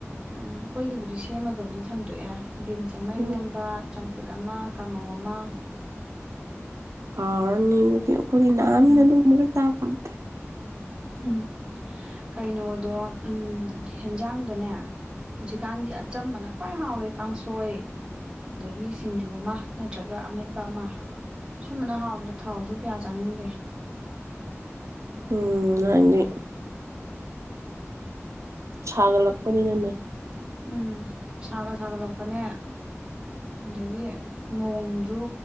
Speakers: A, on the right (about 20°); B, on the right (about 80°).
A: ꯑ ꯈꯣꯏꯒꯤꯕꯨꯗꯤ ꯁꯦꯝꯃꯒꯕꯨꯗꯤ ꯊꯝꯗꯣꯛꯑꯦ ꯕꯤꯟꯁ ꯑꯃ
B: ꯎꯝ
A: ꯢꯔꯣꯝꯕ ꯆꯝꯐꯨꯠ ꯑꯃ ꯀꯥꯡꯉꯧ ꯑꯃ
B: ꯍꯥꯎꯔꯅꯤꯗꯨꯗꯤ ꯈꯣꯏꯗꯤ ꯅꯥꯅꯤꯅ
A: ꯎꯝ
B: ꯑꯗꯨꯝꯕꯒ ꯆꯥꯕ ꯐꯪ
A: ꯎꯝ ꯀꯩꯅꯣꯗꯣ ꯎꯝ ꯍꯦꯟꯖꯥꯡꯗꯅꯦ ꯍꯧꯖꯤꯛꯀꯥꯟꯗꯤ ꯑꯆꯝꯕꯅ ꯈ꯭ꯋꯥꯏ ꯍꯥꯎꯋꯦ ꯀꯥꯡꯁꯣꯏ ꯗꯒꯤ ꯁꯤꯡꯖꯨ ꯑꯃ ꯅꯠꯇ꯭ꯔꯒ ꯑꯃꯦꯠꯄ ꯑꯃ ꯁꯨꯝꯕꯅ ꯍꯥꯎꯝꯗ ꯊꯥꯎꯖꯨ ꯀ꯭ꯌ ꯆꯥꯅꯤꯡꯗꯦ
B: ꯎꯝ <unintelligible> ꯁꯥꯒꯠꯂꯛꯄꯅꯤꯅꯅꯦ
A: ꯎꯝ ꯁꯥꯒ ꯁꯥꯒꯠꯂꯛꯄꯅꯦ ꯗꯒꯤ ꯅꯣꯡꯖꯨ